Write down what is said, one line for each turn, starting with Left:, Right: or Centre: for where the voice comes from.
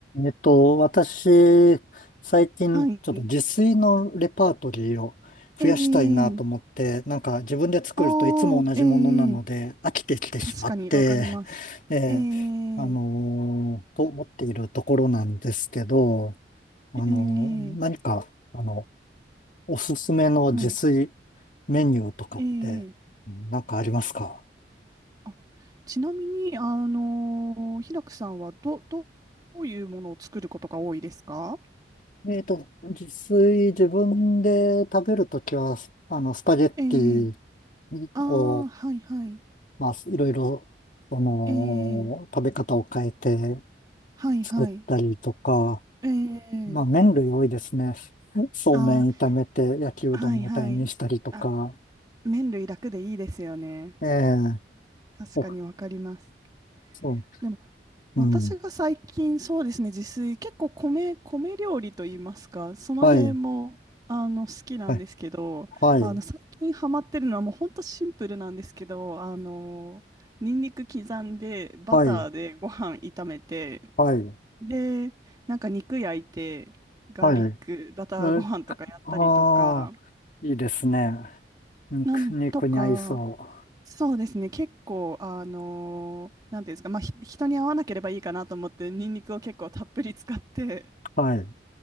Left: えっと、私、最近、
Right: はい。
Left: ちょっと自炊のレパートリーを増やしたいなと思って、
Right: ええ
Left: なんか自分で作るといつも同じものなので飽きてきてしまって、
Right: ああ、ええ確かにわかります。
Left: <laughs> ええあのーと思っているところなんですけど、
Right: ええ
Left: あのー何か、
Right: ええ
Left: あの、おすすめの自炊
Right: はい。
Left: メニューとかって、
Right: ええ
Left: うんなんかありますか
Right: あ、ちなみに、あのーひらくさんはど、どどういうものを作ることが多いですか
Left: えっと、自炊、自分で食べるときは、あの、スパゲッティ、
Right: ええああー、
Left: を
Right: はいはい。
Left: まあ、いろいろ、その、
Right: ええ
Left: 食べ方を変えて
Right: はいはい。
Left: 作ったりとか、
Right: ええ
Left: まあ、麺類多いですね。<laughs> そうめん炒めて焼きうどんみたいにしたりとか、
Right: ああー、はいはい。あ、麺類楽でいいですよね。
Left: ええ
Right: 確かにわかります。
Left: お、そ
Right: でも
Left: う、
Right: 私が最近そうですね自炊結構米、
Left: うん、
Right: 米料理といいますかその辺もあの好きなんですけどあの最近ハマってるのはもう本当シンプルなんですけどあのニンニク刻んでバターでご飯炒めて
Left: はい、はい、はい、はい、はい、
Right: でなんか肉焼いてガーリックバターご飯とかやったりとか
Left: はい。え、ああ、いいですね。肉、
Right: なんとか
Left: 肉に合いそ
Right: そうですね。結構、あのーなんていうんですか、まあ、ひ人に合わなければいいかなと思って、ニンニクを結構たっぷり使って、
Left: う。はい。